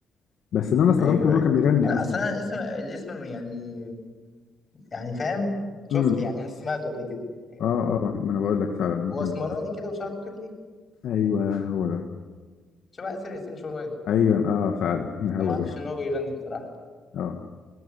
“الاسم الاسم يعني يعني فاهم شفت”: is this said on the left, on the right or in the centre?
Left